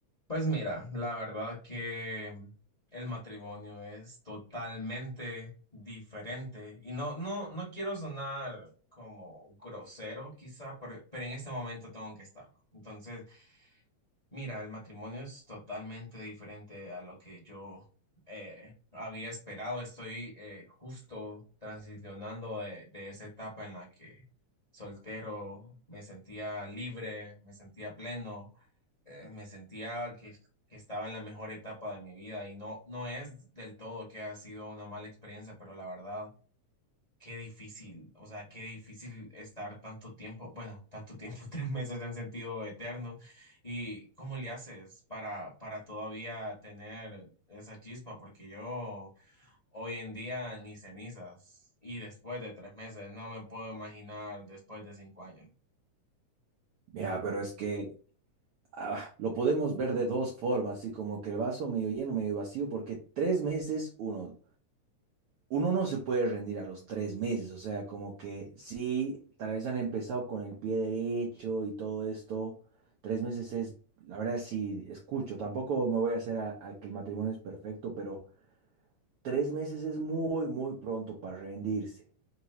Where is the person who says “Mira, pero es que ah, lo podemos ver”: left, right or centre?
Right